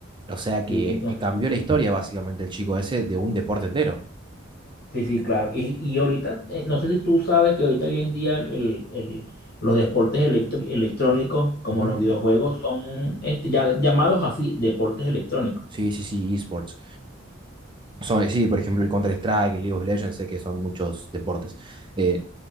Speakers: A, on the right; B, on the left.
A: O sea que
B: Sí, entonces
A: eh, cambió la historia básicamente el chico ese de un deporte entero.
B: Sí, sí, claro. Y, y ahorita, eh, no sé si tú sabes que ahorita hoy en día el, el- el- los deportes electro- electrónicos, como
A: Ujú.
B: los videojuegos, son este, ya, llamados así, deportes electrónicos.
A: Sí, sí, sí, esports. Son, eh, sí, por ejemplo, el Counter-Strike, el League of Legends, sé que son muchos deportes. Eh,